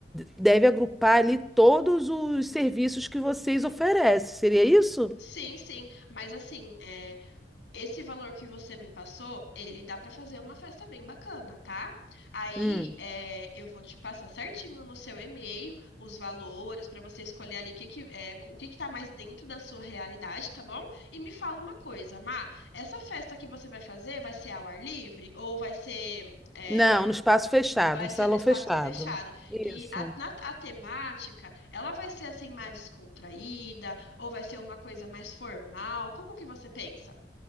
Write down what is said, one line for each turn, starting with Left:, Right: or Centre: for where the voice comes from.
Centre: deve agrupar ali todos os serviços que vocês oferecem. Seria isso?
Left: sim, sim. Mas assim, é, esse valor que você me passou, ele dá pra fazer uma festa bem bacana, tá? Aí
Centre: Hum.
Left: é, eu vou te passar certinho no seu e-mail os valores pra você escolher ali que que- é, o que que tá mais dentro da sua realidade, tá bom? E me fala uma coisa, Má, essa festa que você vai fazer vai ser ao ar livre ou vai ser é,
Centre: Não, no espaço fechado,
Left: Vai
Centre: um salão
Left: ser no espaço
Centre: fechado.
Left: fechado.
Centre: Isso.
Left: E a, na- a temática, ela vai ser assim mais descontraída ou vai ser uma coisa mais formal? Como que você pensa?